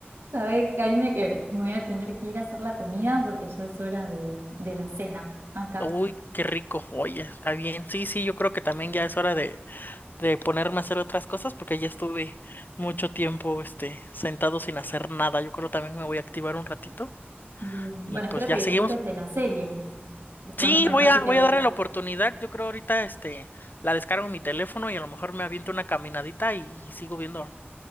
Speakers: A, on the right; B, on the left.
A: ¿Sabes, Jaime, que me voy a tener que ir a hacer la comida porque ya es hora de, de la cena acá.
B: Uy, qué rico. Oye, está bien. Sí, sí, yo creo que también ya es hora de, de ponerme a hacer otras cosas porque ya estuve mucho tiempo, este, sentado sin hacer nada. Yo creo también me voy a activar un ratito
A: Bien.
B: y
A: Bueno,
B: pues
A: espero
B: ya
A: que disfrutes
B: seguimos.
A: de la serie. Después
B: Sí,
A: me contás
B: voy a,
A: si te
B: voy
A: gusta.
B: a darle la oportunidad. Yo creo ahorita, este, la descargo en mi teléfono y a lo mejor me aviento una caminadita y, y sigo viendo